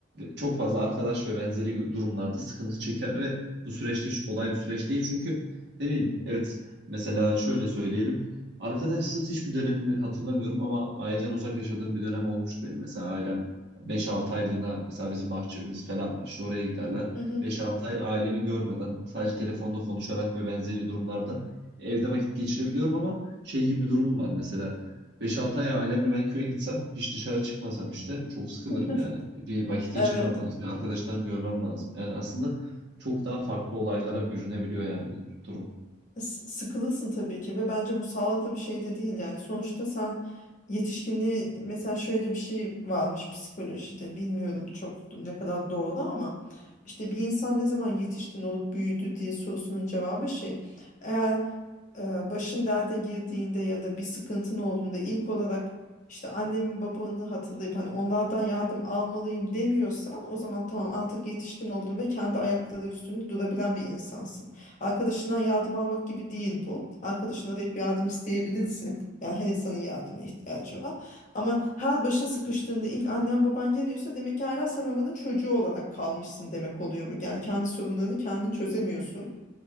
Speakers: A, on the right (about 55°); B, on the left (about 40°).
A: çok fazla arkadaş ve benzeri durumlarda sıkıntı çeker ve bu süreçte hiç kolay bir süreç değil. Çünkü ne bileyim evet mesela şöyle söyleyelim. Arkadaşsız hiçbir dönemimi hatırlamıyorum ama aileden uzak yaşadığım bir dönem olmuştu benim. Mesela ailem Beş-altı aylığına mesela bizim bahçemiz falan var. İşte oraya giderler.
B: Hı hı.
A: Beş-altı ay ailemi görmeden sadece telefonda konuşarak ve benzeri durumlarda evde vakit geçirebiliyorum ama şey gibi bir durum var mesela. beş-altı ay ailemle ben köye gitsem hiç dışarı çıkmasam işte çok sıkılırım
B: <laughs>
A: yani. Bir vakit geçirmem
B: Evet.
A: lazım. Bir arkadaşlarımı görmem lazım. Yani aslında çok daha farklı olaylara bürünebiliyor yani bu durum.
B: S- Sıkılırsın tabii ki ve bence bu sağlıklı bir şey de değil yani sonuçta sen yetişkinliği mesela şöyle bir şey varmış psikolojide bilmiyorum çok do- ne kadar doğru ama işte bir insan ne zaman yetişkin olup büyüdü diye sorusunun cevabı şey eğer e, başın derde girdiğinde ya da bir sıkıntın olduğunda ilk olarak işte annemi babanı hatırlayıp hani onlardan yardım almalıyım demiyorsan o zaman tamam artık yetişkin oldun ve kendi ayakları üstünde durabilen bir insansın. Arkadaşından yardım almak gibi değil bu. Arkadaşına arayıp yardım isteyebilirsin. Yani her insanın yardıma ihtiyacı var. Ama her başın sıkıştığında ilk annen baban geliyorsa demek ki hala sen onların çocuğu olarak kalmışsın demek oluyor bu. Yani kendi sorunlarını kendin çözemiyorsun